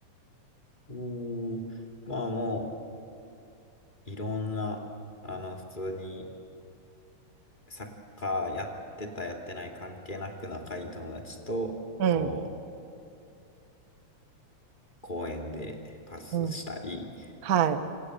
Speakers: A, on the left (about 15°); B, on the right (about 60°).
A: うーん。まあもう、いろんな、あの、普通にサッカーやってた、やってない関係なく仲いい友達と、
B: うん、
A: こう、公園でパスしたり、
B: うん、はい。